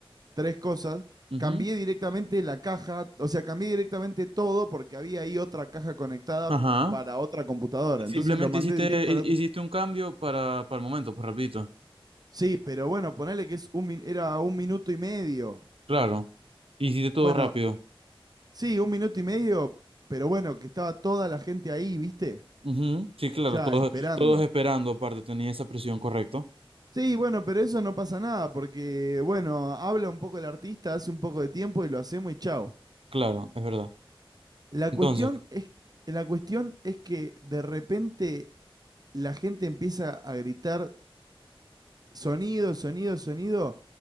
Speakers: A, on the right (about 45°); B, on the right (about 75°).
A: tres cosas.
B: ujú,
A: Cambié directamente la caja, o sea, cambié directamente todo porque había ahí otra caja conectada
B: Ajá.
A: para otra computadora.
B: Simplemente
A: Entonces lo mandé
B: hiciste,
A: directo
B: hi-
A: a la otra.
B: hiciste un cambio para, para el momento, pues rapidito.
A: Sí, pero bueno, ponele que es un, min- era un minuto y medio.
B: Claro. Hiciste todo
A: Bueno,
B: rápido.
A: sí, un minuto y medio, pero bueno, que estaba toda la gente ahí, ¿viste?
B: Ujú, Sí, claro,
A: Ya
B: todos,
A: esperando.
B: todos esperando, aparte, tenía esa presión, correcto.
A: Sí, bueno, pero eso no pasa nada, porque bueno, habla un poco el artista, hace un poco de tiempo y lo hacemos y chao.
B: Claro, es verdad.
A: La cuestión
B: Entonces,
A: es, la cuestión es que de repente la gente empieza a gritar sonido, sonido, sonido,